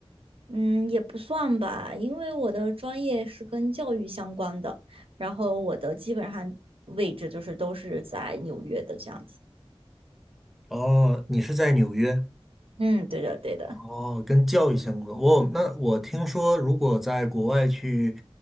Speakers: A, on the right; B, in the centre.
A: 嗯，也不算吧，因为我的专业是跟教育相关的，然后我的基本上位置就是都是在纽约的这样子。
B: 哦，你是在纽约？
A: 嗯，对的对的。
B: 哦，跟教育相关。哦，那我听说，如果在国外去，